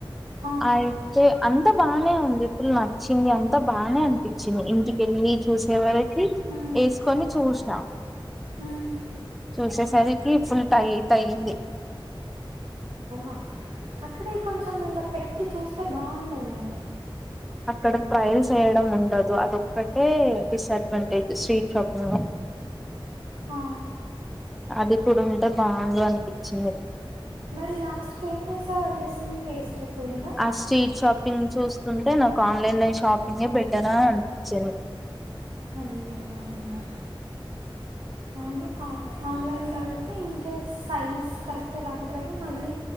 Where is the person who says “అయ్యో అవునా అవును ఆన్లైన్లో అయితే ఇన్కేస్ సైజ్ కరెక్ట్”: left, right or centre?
Right